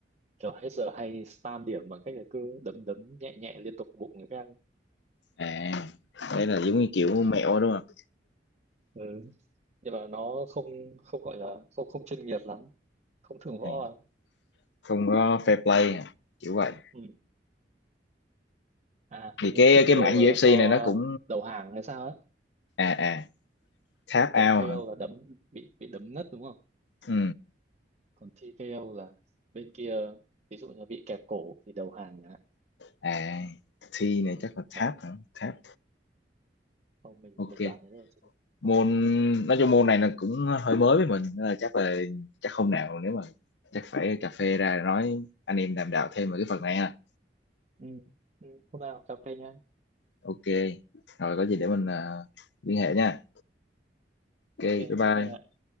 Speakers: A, on the right; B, on the left.
A: kiểu hết giờ hay spam điểm bằng cách là cứ đấm đấm nhẹ nhẹ liên tục bụng người khác
B: à đấy là giống như kiểu
A: ừ.
B: mẹo đúng không
A: Ừ. nhưng mà nó không không gọi là không không chuyên nghiệp lắm không thượng võ
B: à,
A: lắm
B: không có fair play à, kiểu vậy
A: ừ. À, hình
B: thì cái
A: như TKO
B: cái mảng UFC
A: là do
B: này nó
A: ờ,
B: cũng
A: đầu hàng hay sao ấy.
B: à à tap
A: Kiểu
B: out
A: KO
B: hả
A: là đấm bị bị đấm ngất đúng không?
B: ừ
A: Còn TKO là bên kia ví dụ như bị kẹp cổ thì đầu hàng chẳng hạn.
B: à T này chắc là
A: Đó,
B: tap hả tap
A: không mình
B: ok
A: mình đoán thế thôi chứ mình
B: môn
A: không nhớ đâu.
B: nói chung môn này là cũng hơi mới với mình nên là chắc là chắc hôm nào nếu mà chắc phải cà phê ra nói anh em đàm đạo thêm về cái phần này ha
A: Ừ. Ừ, hôm nào cà phê nhá.
B: ok rồi có gì để mình à, liên hệ nha ok
A: Ok,
B: bye bye
A: bye bye.